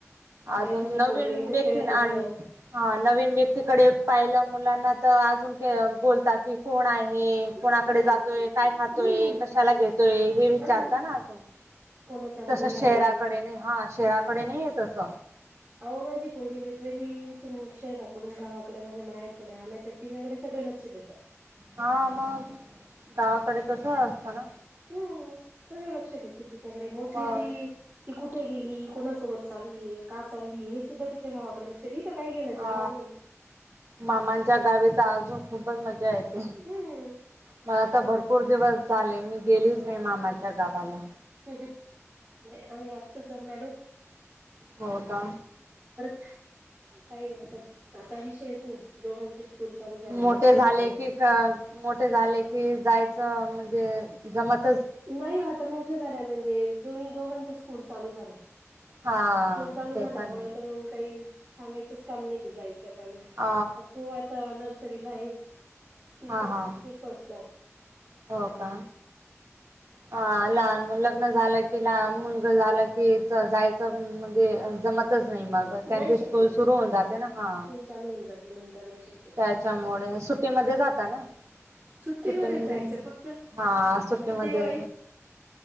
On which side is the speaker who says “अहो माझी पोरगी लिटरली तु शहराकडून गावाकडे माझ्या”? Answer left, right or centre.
Right